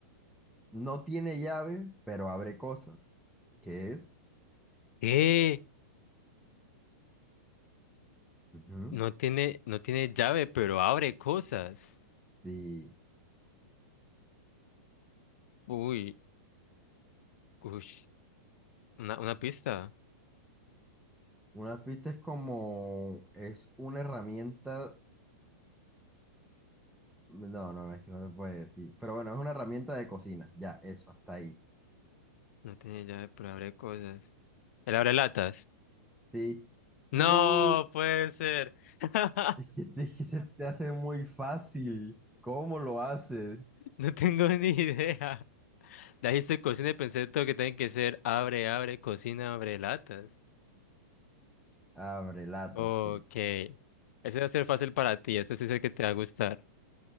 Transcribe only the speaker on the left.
Eh,
no tiene, no tiene llave, pero abre cosas.
Uy, uy. Una, una pista.
No tiene llave, pero abre cosas. El abre latas.
No
puede ser. <laughs>
No tengo ni idea. Dijiste cocina y pensé todo que tiene que ser abre, abre, cocina, abre latas.
Ok.
Ese va a ser fácil para ti. Este sí es el que te va a gustar.